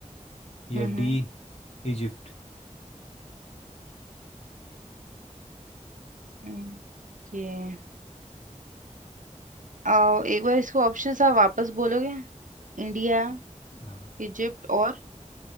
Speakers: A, on the left (about 55°); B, on the right (about 80°).
A: या
B: हम्म हम्म
A: डी इजिप्ट
B: हम्म, ये आओ एक बार इसको ऑप्शन आप वापस बोलोगे इंडिया
A: हाँ
B: इजिप्ट और